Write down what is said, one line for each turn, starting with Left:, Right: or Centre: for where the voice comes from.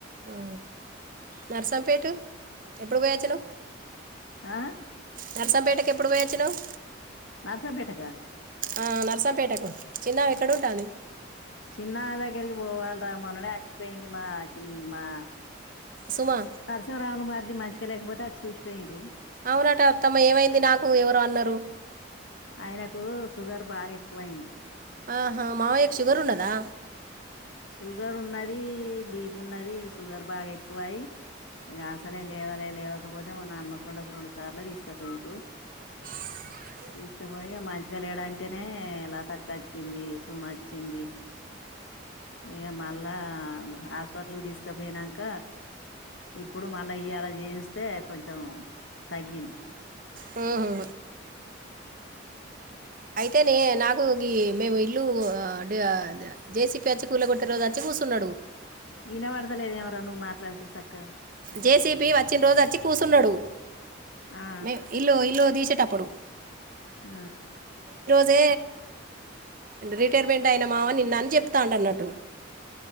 Right: ఆ నర్సంపేటు ఎప్పుడు పోయి వచ్చినవ్
Left: ఆ
Right: నరసంపేటకి ఎప్పుడు పోయొచ్చినవ్
Left: నర్సంపేటకా
Right: ఆ నరసం పేటకు చిన్న ఎక్కడ ఉంటంది
Left: చిన్న దగ్గరికి పోవాలిరా మన్ననే వచ్చిపోయింది మా చి మా
Right: సుమా
Left: పరిశీరాలు మరి మంచిగా లేకపోతే అది చూసిపోయిండ్రు.
Right: అవునట అత్తమ్మ ఏమైంది నాకు ఎవరో అన్నారు.
Left: ఆయనకు షుగర్ బాగా ఎక్కువ అయింది
Right: ఆహా మామయ్యకు షుగర్ ఉన్నదా
Left: షుగర్ ఉన్నది బీపీ ఉన్నది షుగర్ బాగా ఎక్కువై ఇగా ఆసలే లేవాలే లేవగ్ కాకపోతే మొన్న హన్మకొండకు రెండు సార్లు తీసకపోయిండ్రు
Right: <inaudible>
Left: తీసుకపోయి మంచిగా లేడంటేనే లతా కోచ్చింది సుమ వచ్చింది ఇగ మళ్ళా హాస్పిటల్కి తీసుకపోయినాక ఇప్పుడు మళ్ళా ఇయడా చేయిస్తే కొంచెం తగ్గింది
Right: ఉహుహు అయితే నే నాకు గి మేము ఇల్లు ఆ డే జేసిపి వచ్చి కూల కొట్టే రోజు వచ్చి కు కుసున్నాడు
Left: వినపట్లదేమోరా నువ్వు మాట్లాడితే సక్కగా
Right: జేసీపి వచ్చిన రోజు వచ్చి కూసున్నాడు
Left: ఆ,
Right: మే ఇల్లు లో తీసేటప్పుడు
Left: ఆ
Right: జే రిటైర్మెంట్ అయిన మామ నిన్న అని చెప్తాండన్నట్టు.